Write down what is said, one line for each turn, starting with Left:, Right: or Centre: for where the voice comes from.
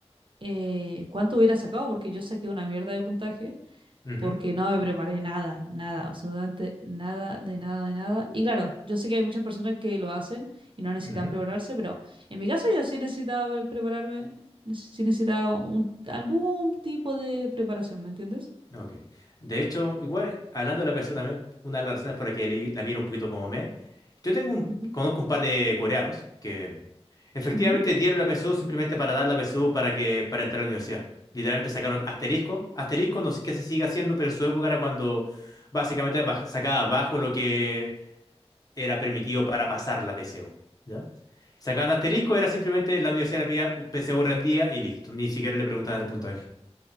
Right: eh, cuánto hubiera sacado, porque yo saqué una mierda de puntaje.
Left: ujú,
Right: porque no me preparé nada, nada, absolutamente nada, de nada, de nada. Y claro, yo sé que hay muchas personas que lo hacen y no necesitan
Left: ujú.
Right: prepararse, pero en mi caso yo sí necesitaba pre- prepararme, ne- sí necesitaba un- algún tipo de preparación, ¿me entiendes?
Left: Ok. De hecho, igual, hablando de la PSU también, una de las razones por la que leí- la miro un poquito como me, yo tengo un,
Right: Ujú.
Left: conozco un par de coreanos que efectivamente
Right: Ujú.
Left: dieron la PSU simplemente para dar la PSU para que, para entrar a la universidad. Literalmente sacaron asterisco. Asterisco, no sé qué se sigue haciendo, pero en su época era cuando básicamente baj- sacaba abajo lo que era permitido para pasar la PSU. ¿Ya? Sacaban asterisco, era simplemente la universidad le pedía PSU rendía y listo. Ni siquiera le preguntaban el puntaje.